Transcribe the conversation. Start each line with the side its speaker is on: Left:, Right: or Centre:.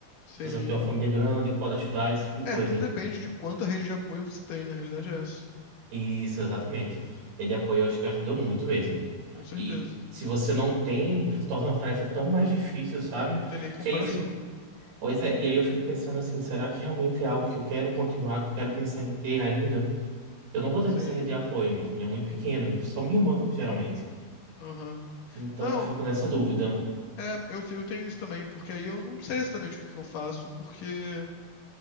Left: Sim.
Right: Se você não tem uma família grande que pode ajudar, esse tipo de
Left: É,
Right: coisa.
Left: tudo depende de quanta rede de apoio você tem, na realidade é essa.
Right: Isso, exatamente. É de apoio, eu acho que ajuda muito mesmo.
Left: Com certeza.
Right: E
Left: Não
Right: se você não tem, torna a tarefa tão mais difícil, sabe?
Left: tem nem comparação.
Right: Que aí eu fico, pois é, e aí eu fico pensando assim, será que realmente é algo que eu quero continuar, que eu quero pensar em ter ainda? Eu não vou ter
Left: Sim.
Right: essa rede de apoio, minha família é muito pequena, só minha irmã, geralmente.
Left: Aham.
Right: Então
Left: Não,
Right: eu fico nessa dúvida.
Left: é, eu, fi- eu tenho isso também, porque aí eu não sei exatamente o que que eu faço, porque